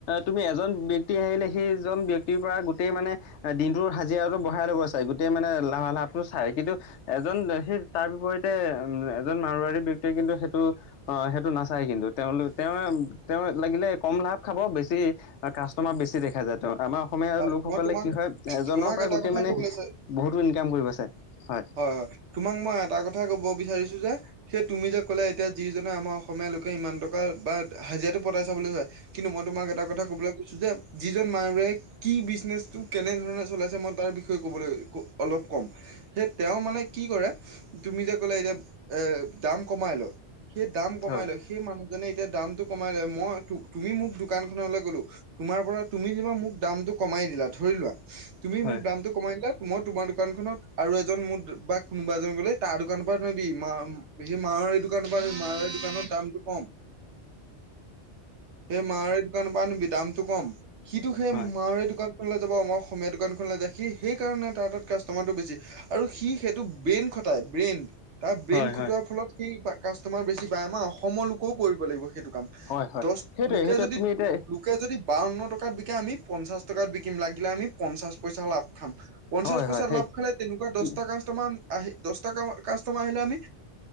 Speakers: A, on the left; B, on the right.
A: তুমি এজন ব্যক্তি আহিলে সেইজন ব্যক্তি পৰা গোটেই মানে দিনটোৰ হাজিৰাটো বঢ়াই ল'ব চাই গোটেই মানে লাভা লাভটো চাই কিন্তু এজন সেই তাৰ বিপৰীতে উম এজন মাৰোৱাৰী ব্যক্তিয়ে কিন্তু সেইটো অ সেইটো নাচ চাই কিন্তু তেওঁলোক তেওঁ তেওঁ লাগিলে কম লাভ খাব বেছি কাষ্টমাৰ বেছি দেখা যায় তো আমাৰ অসমীয়াৰ
B: আহ,
A: লোকসকলে
B: মই তোমাক
A: কি হয় এজনৰ
B: তোমাক
A: পৰা
B: এটা
A: গোটেই
B: কথাই
A: মানে
B: ক'বলৈ চা
A: বহুতো ইনকাম কৰিব ছায় হয়।
B: হয় হয় তোমাক মই এটা কথাই ক'ব বিচাৰিছোঁ যে সেই তুমি যে কলে এতিয়া যিজনে আমাৰ অসমীয়া লোকে ইমান টকা বা হাজিৰাটো পতাইছা বুলি কয় কিন্তু মই তোমাক এটা কথা কবলৈ কৈছো যে যিজন মানুহে কি বিজনেচটো কেনেধৰণে চলাইছে মই তাৰ বিষয়ে ক'বলৈ অলপ ক'ম সেই তেওঁ মানে কি কৰে তুমি যে কলে এতিয়া এ দাম কমাই লয় সেই দাম কমাই
A: হয়
B: লয় সেই মানুহজনে এতিয়া দামটো কমাই লয় মই তুমি মোক দোকান খনলৈ গলো তোমাৰ পৰা তুমি কিবা মোক দামটো কমাই দিলা ধৰি লোৱা তুমি
A: হয়
B: মোক দামটো কমাই দিযা মই তোমাৰ দোকান খনত আৰু এজন মোৰ বা কোনোবা এজন গলে তাৰ দোকানৰ পৰিবা মা সি মাৰাৰী দোকানৰ পৰা মাৰোৱাৰী দোকানৰ দামটো কম
A: উম
B: সেই মাৰোৱাৰী দোকানৰ পৰা আনিবি দামতটো কম সিটো সেই
A: হয়
B: মাৰোৱাৰী দোকান দোকানখনলৈ যাব মই অসমীয়া দোকানখনলৈ যায় সি সেইকাৰণে তাৰ তাত কাষ্টমাৰটো বেছি। আৰু সি সেইটো ব্ৰেইন খটায় ব্ৰেইন। তাৰ ব্ৰেইন
A: হয়
B: খুটোৱাৰ
A: হয়
B: ফলত সেই কাষ্টমাৰ বেছি পায় আমাৰ অসমৰ লোকেও কৰিব লাগিব সেইটো কাম।
A: হয় হয়
B: দশ
A: সেইটোৱে
B: লোকে
A: সেইটোৱে
B: যদি
A: তুমি এতিয়া
B: লোক লোকে যদি বাৱন্ন টকাত বিকে আমি পঞ্চাশ টকাত বিকিম লাগিলে আমি পঞ্চাশ পইচা লাভ খাম। পঞ্চাশ
A: হয়
B: পইচা
A: হয় সেই
B: লাভ খালে তেনেকুৱা
A: কি
B: দশ টা কাষ্ট তমান আহি দশ টা কা-কাষ্টমাৰ আহিলে আমি